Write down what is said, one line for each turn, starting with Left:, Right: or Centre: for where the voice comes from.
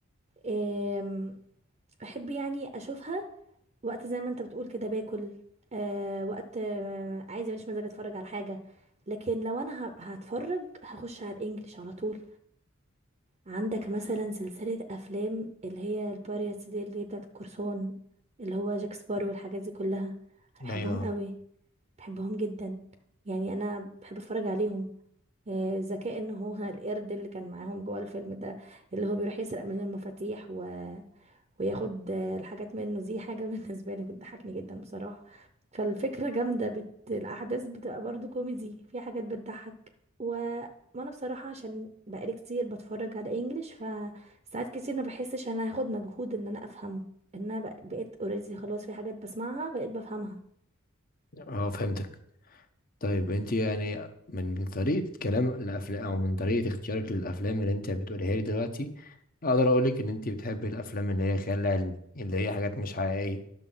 Right: آم، بحب يعني اشوفها وقت زي ما انت بتقول كده باكل آه، وقت آه، عايزه مش مزاج اتفرج على حاجه لكن لو انا ه- هتفرج هخش على الانجليش على طول عندك مثلا سلسلة أفلام اللي هي الباريتس دي اللي هي بتاعة القرصان اللي هو جاك سبارو والحاجات دي كلها أنا بحبهم
Left: ايوه
Right: قوي بحبهم جدا يعني أنا بحب أتفرج عليهم آه، ذكاء إن هو <laughs> القرد اللي كان معاهم جوه الفيلم ده اللي هو بيروح يسرق من المفاتيح و... وياخد آه، الحاجات منه دي حاجة <laughs> بالنسبة لي بتضحكني جدا بصراحة فالفكرة جامدة بت... الأحداث بتبقى برضو كوميدي في حاجات بتضحك و... وانا بصراحة عشان بقالي كتير بتفرج على انجليش فساعات كتير ما بحسش انا هاخد مجهود ان انا افهمه ان انا بق- بقيت اوريدي خلاص في حاجات بسمعها بقيت بفهمها
Left: اه فهمتك طيب انت يعني من طريقه كلام الافلام او من طريقه اختيارك للافلام اللي انت بتقوليها لي دلوقتي اقدر اقولك ان انت بتحبي الافلام اللي هي خيال علمي اللي هي حاجات مش حقيقيه